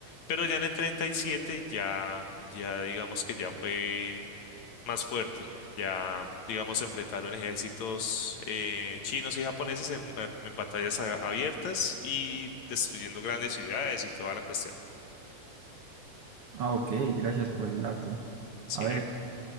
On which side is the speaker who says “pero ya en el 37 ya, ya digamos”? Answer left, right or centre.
Left